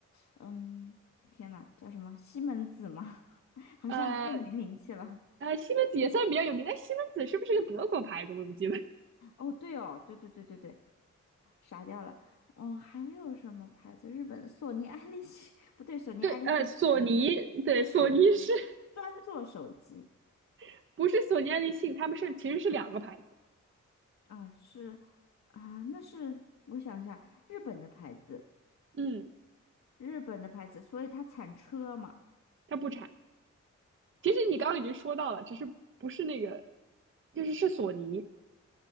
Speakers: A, on the left; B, on the right.
A: 嗯，天呐，叫什么西门子吗？<laughs> 好像更没名气了。
B: 呃，呃，西门子也算比较有名，但西门子是不是个德国牌子？我也不记得。
A: 哦，对哦，对对对对对，傻掉了。嗯，还有什么牌子？日本的索尼爱立信，<laughs> 不对，索尼爱立信做的是是手机，
B: <laughs> 对，呃，索尼，对，索尼是
A: 专做手机
B: <laughs> 不是索尼爱立信？他们是其实是两个牌子。
A: 啊，是啊，那是我想一下，日本的牌子，
B: 嗯，
A: 日本的牌子，所以它产车嘛，
B: 它不产。其实你刚刚已经说到了，
A: 它不
B: 只是不是那个，就是是索尼。